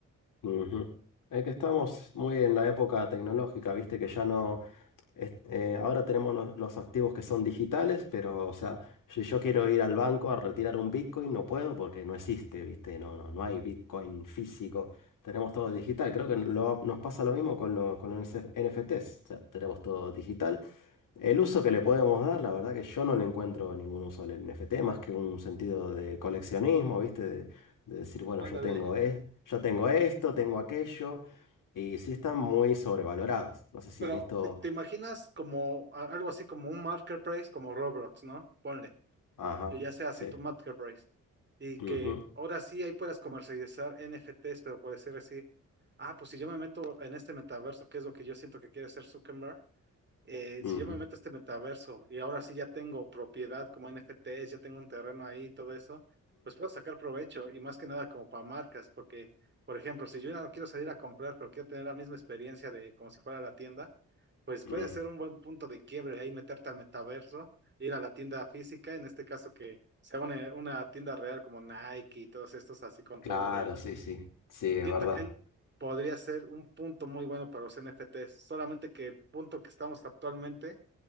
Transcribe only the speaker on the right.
Ándale.
Pero,
¿te, te imaginas como a- algo así como un marketplace como Roblox, ¿no? Ponle,
que ya sea así
tu marketplace. Y
que ahora sí ahí puedas comercializar NFTs, pero puede ser así. Ah, pues si yo me meto en este metaverso, que es lo que yo siento que quiere ser Zuckerberg, eh,
si yo me meto a este metaverso y ahora sí ya tengo propiedad como NFTs, ya tengo un terreno ahí y todo eso, pues puedo sacar provecho y más que nada como para marcas, porque, por ejemplo, si yo ya no quiero salir a comprar, pero quiero tener la misma experiencia de como si fuera la tienda, pues puede
ser un buen punto de quiebre ahí meterte al metaverso, ir a la tienda física, en este caso que sea una, una tienda real como Nike y todos estos así con
todo real.
Siento
que ahí podría ser un punto muy bueno para los NFTs, solamente que el punto que estamos actualmente